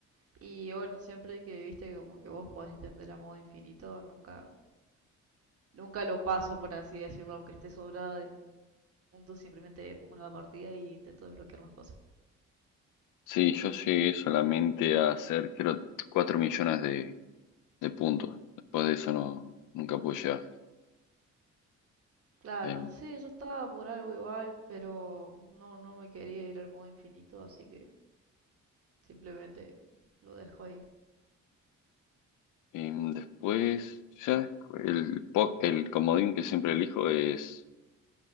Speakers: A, on the right; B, on the left.
A: Y bueno, siempre que viste como que vos podés extender a modo infinito, nunca, nunca lo paso, por así decirlo, aunque esté sobrada de pu- puntos, simplemente pongo una nueva partida y intento desbloquear más cosas.
B: Sí, yo llegué solamente a hacer, creo, cuatro millones de, de puntos. Después de eso no, nunca pude llegar.
A: Claro,
B: em,
A: sí, yo estaba por algo igual, pero no, no me quería ir al modo infinito, así que Simplemente lo dejo ahí.
B: Em, después, ya el, po- el comodín que siempre elijo es